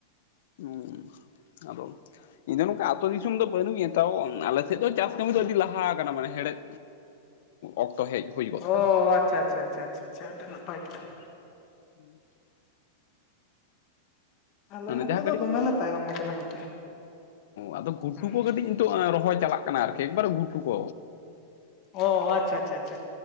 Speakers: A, on the left; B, on the left.
A: <unintelligible> ᱤᱧᱫᱚ ᱱᱚᱝᱠᱟ ᱟᱛᱳ ᱫᱤᱥᱚᱢ ᱫᱚ ᱵᱟᱹᱱᱩᱧᱟ ᱛᱟᱣ ᱟᱞᱮᱥᱮᱫ ᱫᱚ ᱪᱟᱥ ᱠᱟᱹᱢᱤ ᱫᱚ ᱟᱹᱰᱤ ᱞᱟᱦᱟ ᱟᱠᱟᱱᱟ ᱢᱟᱱᱮ ᱦᱮᱲᱦᱮᱫ ᱚᱠᱛᱚ ᱦᱮᱡ ᱦᱩᱭ ᱜᱚᱫ
B: ᱚ
A: ᱠᱟᱱᱟ᱾
B: ᱟᱪᱪᱷᱟ ᱟᱪᱪᱷᱟ ᱟᱪᱪᱷᱟ ᱟᱪᱪᱷᱟ ᱟᱹᱰᱤ ᱱᱟᱯᱟᱭ ᱠᱟᱛᱷᱟ᱾
A: <inaudible>
B: ᱟᱞᱮ
A: ᱢᱟᱱᱮ
B: ᱱᱚᱛᱮ
A: ᱡᱟᱦᱟ ᱠᱟᱹᱴᱤᱡ
B: ᱫᱚ ᱫᱚᱢᱮ ᱞᱮ ᱛᱟᱭᱚᱢ ᱟᱠᱟᱱᱟ ᱜᱚᱝᱠᱮ
A: ᱟᱫᱚ ᱜᱷᱩᱴᱩ
B: ᱦᱩᱸ
A: ᱠᱚ ᱠᱟᱹᱴᱤᱡ ᱱᱤᱛᱳᱜ ᱨᱚᱦᱚᱭ ᱪᱟᱞᱟᱜ ᱠᱟᱱᱟ ᱟᱨᱠᱤ ᱮᱠᱵᱟᱨᱮ ᱜᱷᱩᱴᱩ ᱠᱚ᱾
B: ᱚ ᱟᱪᱪᱷᱟ ᱟᱪᱪᱷᱟ ᱟᱪᱪᱷᱟ